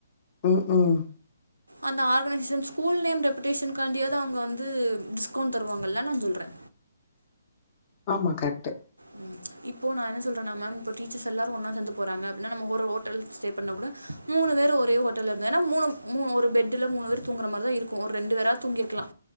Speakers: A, on the left (about 30°); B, on the right (about 80°).
A: உம் உம்
B: அந்த ஆர்கனைசேஷன் ஸ்கூல் நேம் நெப்டேஷேன் காண்டியாவது அவ்ங்க வந்து டிஸ்கவுண்ட் தருவாங்கள நா சொல்றே
A: ஆமா கரெக்ட்டு
B: உம் இப்போ நா என்ன சொல்றேனா மேம் இப்ப டீச்சர்ஸ் எல்லாரு ஒன்னு சேந்து போறங்கப்டின்னா நம்ம ஒர ஹோட்டல ஸ்டே பண்ணா கூட மூணு பேர் ஒரே ஹோட்டல் இருந்த ஏன்னா மூணு மூணு ஒரு பெட்டல மூணு பேர் தூங்குற மாரிதா இருக்கு ஒரு ரெண்டு வேரா தூங்கிருக்ல்லா